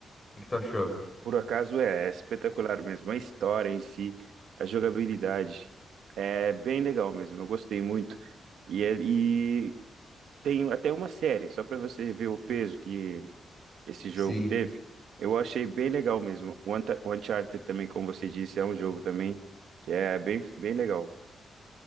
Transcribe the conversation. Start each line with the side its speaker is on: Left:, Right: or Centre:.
Left: O que que tu achou?
Right: Por acaso é, é espetacular mesmo. A história em si, a jogabilidade, é bem legal mesmo. Eu gostei muito. E, é- e tem até uma série, só para você ver o peso que esse jogo
Left: Sim.
Right: teve. Eu achei bem legal mesmo. O Unta- o Uncharted também, como você disse, é um jogo também que é bem, bem legal.